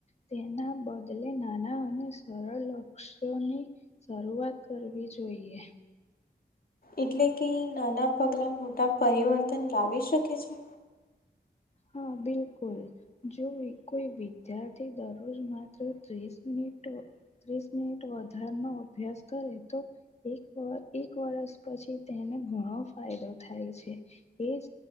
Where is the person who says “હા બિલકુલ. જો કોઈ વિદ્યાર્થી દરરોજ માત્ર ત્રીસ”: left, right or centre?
Left